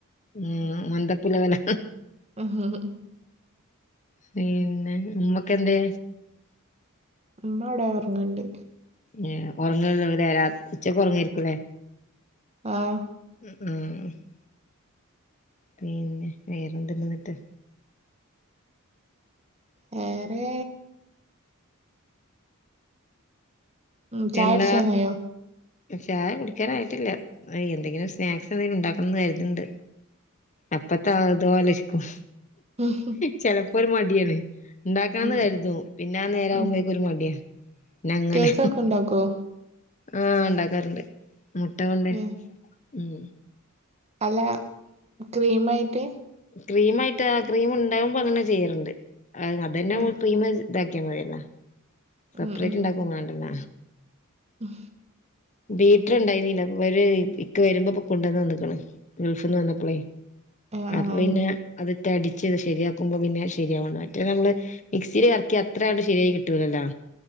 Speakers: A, on the left; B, on the right.
A: ഉം മന്ദപ്പുല വല്ല
B: <unintelligible>
A: പിന്നെ ഉമ്മക്ക എന്തെ
B: ഉമ്മ അവിടെ ഉറങ്ങീണ്ട്
A: <unintelligible> ഒറങ്ങ <unintelligible> രാ ഉച്ചക്കെ ഒറങ്ങരിക്കൂല്ലേ
B: ആഹ
A: ഉം പിന്നെ വേറെന്ന്നിട്ട്
B: വേറെ ഉം
A: പിന്ന
B: ചായടിച്ചാനായോ
A: ചായ കുടിക്കാൻ ആയിട്ടില്ല ആ എന്തെങ്കിലും സ്നാക്സ് ഉണ്ടാക്കണംന്ന് കരുതുന്നുണ്ട് അപ്പത്തെ അതോലിരിക്കും
B: ഹും
A: ചെലപ്പോ ഒരു മടിയാണ് ഉണ്ടാക്കാന്ന്
B: ഉം
A: കരുതും പിന്നെ നേര ആകുമ്പോഴേക്കും
B: ഉം
A: ഒരു മടിയാ പിന്നെ അങ്ങനെ
B: കേക്കൊക്കെ ഉണ്ടാക്കോ?
A: ആഹ് ഉണ്ടാക്കാറുണ്ട് മുട്ട കൊണ്ട്
B: ഏഹ്
A: ഉം
B: അല്ല ക്രീം ആയിട്ട്
A: ക്രീംആയിട്ട് ക്രീം ഉണ്ടാകുമ്പോ അങ്ങനെ ചെയ്യാറുണ്ട് അത് തന്നെ
B: ഉം
A: ക്രീം ഇതാക്കിയാൽ മതിയല്ലോ സെപ്പറേറ്റ്
B: ഉം
A: ഉണ്ടാക്കും വേണ്ടല്ല
B: ഹും
A: ബീറ്റർ ഉണ്ടായിരുന്നില്ല ഒരു ഇക്ക വരുമ്പോ ഇപ്പൊ കൊണ്ടുവന്നന്ന് വന്നക്കണ ഗൾഫിൽന്ന് വന്നപ്പോളേ
B: ആഹ്
A: അപ്പ പിന്നെ അത്റ്റ അടിച്ച്ത് ശരിയാക്കുമ്പോ പിന്നെ ശരിയാവ മറ്റേ നമ്മള് മിക്സിയില് കറക്കി അത്രണ്ട് ശരിയായി കിട്ടൂലല്ലോ